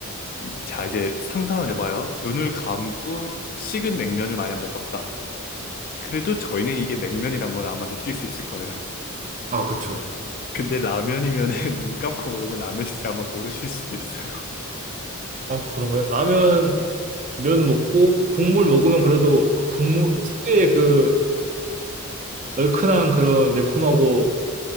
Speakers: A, on the left (about 40°); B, on the right (about 35°).
A: 이- 자, 이제 상상을 해봐요. 눈을 감고 식은 냉면을 마냥 먹었다. 그래도 저희는 이게 냉면이란 걸 아마 느낄 수 있을 거예요.
B: 아, 그쵸.
A: 근데 라면이면은 <laughs> 눈 감고 먹으면 라면인지 아마 모르실 수도 있어요.
B: 아, 그런가요? 라면, 면 먹고, 국물 먹으면 그래도 그 국물, 특유의 그 얼큰한 그런 매콤하고